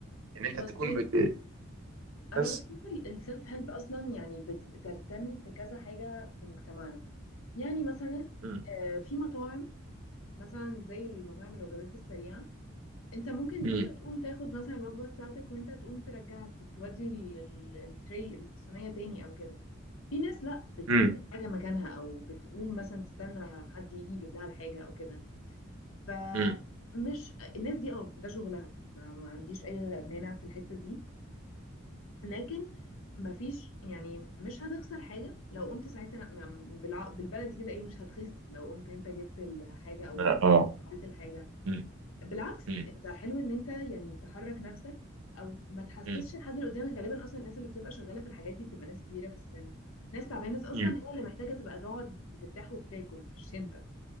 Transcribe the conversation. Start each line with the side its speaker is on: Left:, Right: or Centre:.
Right: ان انت
Left: مظبوط
Right: تكون بت...
Left: انا
Right: بس
Left: بشوف السيلف هيلب اصلا يعني بت- بترتمي في كذا حاجه في مجتمعنا يعني مثلا
Right: مم.
Left: آه، في مطاعم مثلا زي المطاعم الوجبات السريعه انت ممكن
Right: مم.
Left: انت تقوم تاخد مثلا الوجبه بتاعتك وانت تقوم ترجع ت- تودي ال- ال- التري الصينيه تاني او كده في ناس لا بتسيب
Right: مم.
Left: الحاجه مكانها او بتقوم مثلا تستنى حد يجي يجيب لها الحاجه او كده فمش
Right: مم.
Left: الناس دي اه ده شغلها ما ما عنديش اي مانع في الحته دي لكن مفيش يعني مش هتخسر حاجة لو قمت ساعتها م- بالع- بالبلدي كده ايه مش هتخس لو قمت انت جبت الحاجة او
Right: اه آه.
Left: اديت الحاجة
Right: مم.
Left: بالعكس
Right: مم.
Left: انت حلو ان انت يعني تحرك نفسك او ما تحسسش
Right: مم.
Left: الحد اللي قدامك غالبا اصلا الناس اللي بتبقى شغالة في الحاجات دي بتبقى ناس كبيرة في السن ناس تعبانة ناس اصلا
Right: مم.
Left: هي اللي محتاجة تبقى تقعد بترتاح وبتاكل مش انت